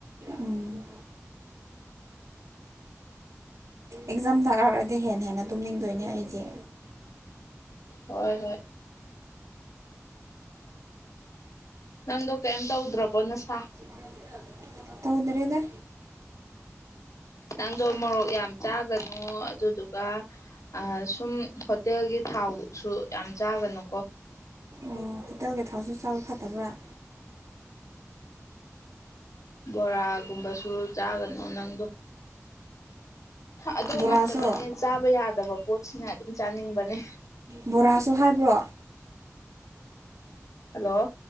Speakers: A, on the right; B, on the left.
A: ꯎꯝ ꯑꯦꯛꯖꯥꯝ ꯊꯥꯛꯔꯛꯔꯗꯤ ꯍꯦꯟꯅ ꯍꯦꯟꯅ ꯇꯨꯝꯅꯤꯡꯗꯣꯏꯅꯤ ꯑꯩꯗꯤ
B: ꯍꯣꯏ ꯍꯣꯏ ꯅꯪꯗꯣ ꯀꯩꯝ ꯇꯧꯗ꯭ꯔꯕꯣ ꯅꯁꯥ
A: ꯍ ꯇꯧꯗ꯭ꯔꯦꯗ
B: ꯅꯪꯗꯣ ꯃꯣꯔꯣꯛ ꯌꯥꯝ ꯆꯥꯒꯅꯨ ꯑꯗꯨꯗꯨꯒ ꯁꯨꯝ ꯍꯣꯇꯦꯜꯒꯤ ꯊꯥꯎꯁꯨ ꯌꯥꯝ ꯆꯥꯒꯅꯨꯀꯣ
A: ꯎꯝ ꯍꯣꯇꯦꯜꯒꯤ ꯊꯥꯎꯁꯨ ꯆꯥꯕ ꯐꯠꯇꯕ꯭ꯔꯥ
B: ꯕꯣꯔꯥꯒꯨꯝꯕꯁꯨ ꯆꯥꯒꯅꯨ ꯅꯪꯗꯣ ꯑꯗꯨꯣ
A: ꯕꯣꯔꯥꯁꯨ
B: ꯉꯝꯗꯕꯅꯦ ꯆꯥꯕ ꯌꯥꯗꯕ ꯄꯣꯠꯁꯤꯅ ꯑꯗꯨꯝ ꯆꯥꯅꯤꯡꯕꯅꯦ
A: ꯕꯣꯔꯥꯁꯨ ꯍꯥꯏꯕ꯭ꯔꯣ
B: ꯍꯜꯂꯣ